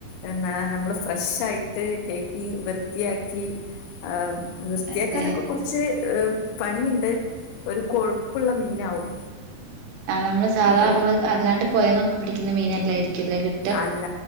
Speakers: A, on the left; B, on the right.
A: എണ്ണാ നമ്മള് ഫ്രഷായ്ട്ട് കയ്കി വൃത്തിയാക്കി ആഹ് വൃത്തിയാക്കാനൊക്കെ
B: അതെ
A: കൊർച്ച് ഏഹ് പണിയ്ണ്ട് ഒര് കൊഴ്പ്പ്ള്ള മീനാവും
B: നമ്മള് സാധാ
A: അത്
B: നമ്മള് അല്ലാണ്ട് ഇപ്പ പോയാ നമുക്ക് പിടിക്കുന്ന മീനെയല്ലായിരിക്കുംല്ലേ കി
A: അല്ല.